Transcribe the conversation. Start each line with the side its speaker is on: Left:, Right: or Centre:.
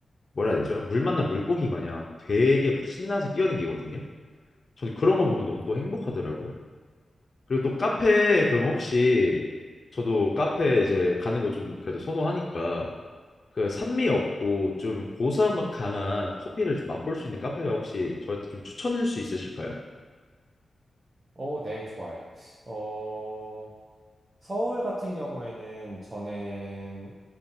Left: 뭐라 해야 되죠? 물 만난 물고기 마냥 되게 막 신나서 뛰어댕기거든요. 저는 그런 거 보면 너무 또 행복하더라고요. 그리고 또 카페 그러면 혹시 저도 카페 이제 가는 거 좀 그래도 선호하니까 그 산미 없고 좀 고사맛 강한 커피를 좀 맛볼 수 있는 카페가 혹시 저한테 좀 추천해 줄 수 있으실까요?
Right: 어, 네, 좋아요. 어, 서울 같은 경우에는 저는